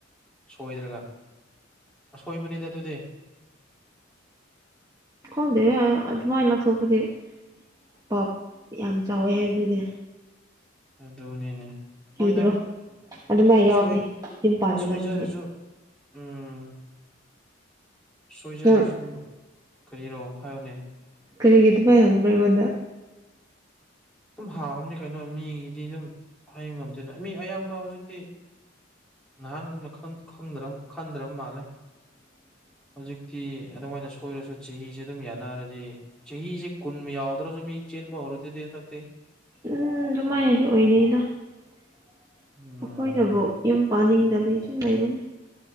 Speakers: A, in the centre; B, on the right.
A: ꯁꯣꯏꯔꯒ ꯑꯁꯣꯏꯕꯅꯤꯗ ꯑꯗꯨꯗꯤ
B: ꯈꯪꯗꯦ ꯑꯗꯨꯃꯥꯏ ꯂꯧꯊꯣꯛꯄꯗꯤ ꯄꯞ ꯌꯥꯝ ꯆꯥꯎꯋꯦ ꯍꯥꯏꯕꯗꯨꯗꯤ
A: ꯑꯗꯨꯅꯤꯅꯦ
B: ꯀꯤꯗ꯭ꯔꯣ
A: ꯍꯣꯏꯗ
B: ꯑꯗꯨꯃꯥꯏ ꯌꯥꯎꯔꯗꯤ
A: ꯁꯣꯏ
B: ꯌꯨꯝ ꯄꯥꯟꯒꯗꯕꯅꯤꯅꯦ
A: ꯁꯣꯏꯖꯔꯖꯨ ꯎꯝ ꯁꯣꯏꯖꯔꯁꯨ
B: ꯅꯪ
A: ꯀꯔꯤꯔꯣ ꯍꯥꯏꯌꯣꯅꯦ
B: ꯀꯔꯤꯒꯤ ꯑꯗꯨꯃꯥꯏ ꯍꯪꯕ꯭ꯔꯥ ꯑꯩꯉꯣꯟꯗ
A: ꯑꯗꯨꯝ ꯍꯥꯡꯉꯝꯅꯤ ꯀꯩꯅꯣ ꯃꯤꯒꯤꯗꯤ ꯑꯗꯨꯝ ꯍꯥꯏꯕ ꯉꯝꯗꯅ ꯃꯤ ꯑꯌꯥꯝꯕ ꯍꯧꯖꯤꯛꯇꯤ ꯅꯍꯥꯟꯒꯨꯝꯅ ꯈꯟ ꯈꯟꯗ꯭ꯔ ꯈꯟꯗ꯭ꯔꯕ ꯃꯥꯜꯂꯦ
B: ꯎꯝ
A: ꯍꯧꯖꯤꯛꯇꯤ ꯑꯗꯨꯃꯥꯏꯅ ꯁꯣꯏꯔꯁꯨ ꯆꯍꯤꯁꯦ ꯑꯗꯨꯝ ꯌꯥꯅꯔꯗꯤ ꯆꯍꯤꯁꯦ ꯀꯨꯟ ꯌꯥꯎꯗ꯭ꯔꯁꯨ ꯃꯤ ꯆꯦꯟꯕ ꯍꯧꯔꯗꯨꯗꯤ ꯍꯟꯗꯛꯇꯤ
B: ꯎꯝ ꯑꯗꯨꯃꯥꯏꯅꯗꯤ ꯑꯣꯏꯅꯩꯗ ꯑꯩꯈꯣꯏꯅꯕꯨ
A: ꯎꯝ
B: ꯌꯨꯝ ꯄꯥꯅꯤꯡꯗꯕꯒꯤ ꯁꯨꯝ ꯂꯩꯕꯅꯤ